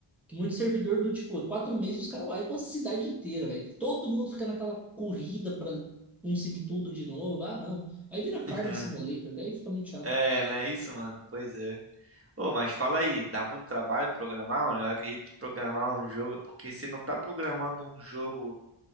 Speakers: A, in the centre; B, on the right.
A: Que muito servidor do, tipo, quatro meses os caras wipam a cidade inteira, velho. Todo mundo fica naquela corrida para conseguir tudo de novo. Ah, não. Aí vira Farm
B: <laughs>
A: Simulator, daí fica muito chato.
B: É, não é isso, mano? Pois é. Ô, mas fala aí, dá muito trabalho programar, mano? Eu acredito que programar um jogo, porque você não tá programando um jogo.